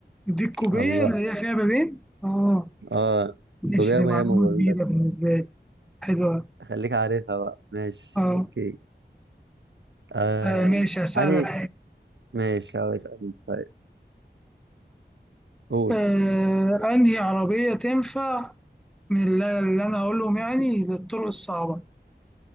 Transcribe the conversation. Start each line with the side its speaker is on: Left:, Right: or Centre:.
Centre: دي الكوبية
Right: الله
Centre: اللي هي فيها بابين اه
Right: اه
Centre: ماشي
Right: كوبية
Centre: دي
Right: ما
Centre: معلومة
Right: هي مو بابين
Centre: جديدة
Right: بس
Centre: بالنسبة لي حلوة
Right: خليك عارفها بقى ماشي
Centre: اه
Right: اوكي آه...
Centre: آه، ماشي هسألك
Right: أني ماشي هو اسألني طيب قول
Centre: آه، أنهي عربية تنفع من اللي اللي أنا أقولهم يعني للطرق الصعبة